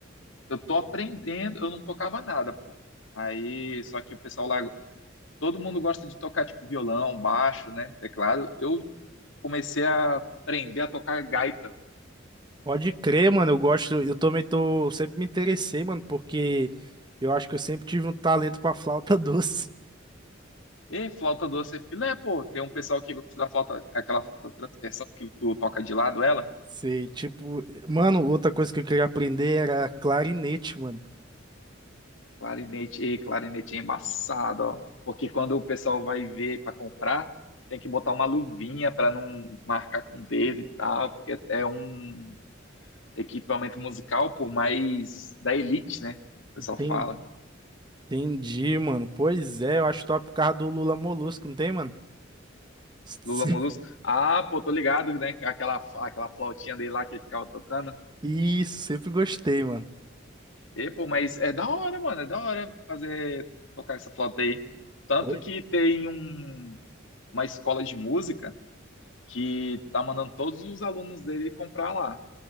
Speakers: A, on the left; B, on the right.
A: Eu tô aprendendo, eu não tocava nada, pô. Aí, só que o pessoal lá, todo mundo gosta de tocar, tipo, violão, baixo, né, teclado. Eu comecei a aprender a tocar gaita.
B: Pode crer, mano. Eu gosto. Eu também tô. Sempre me interessei, mano, porque eu acho que eu sempre tive um talento pra flauta <laughs> doce.
A: E flauta doce é filé, pô. Tem um pessoal que gosta da flauta, aquela flauta transversal que tu toca de lado, ela.
B: Sei, tipo. Mano, outra coisa que eu queria aprender era clarinete, mano.
A: Clarinete, e clarinete é embaçado, ó. Porque quando o pessoal vai ver para comprar, tem que botar uma luvinha para não marcar com o dedo e tal, porque é um equipamento musical, por mais da elite, né? O
B: Entendi,
A: pessoal fala.
B: Entendi, mano. Pois é, eu acho top por causa do Lula Molusco, não tem, mano? Sempre-
A: Lula Molusco. Ah, pô, tô ligado, né? Aquela, aquela flautinha dele lá que ele ficava tocando.
B: Isso, sempre gostei, mano.
A: E, pô, mas é da hora, mano, é da hora fazer tocar essa flauta aí. Tanto
B: Pois,
A: que tem um, uma escola de música que tá mandando todos os alunos dele comprar lá.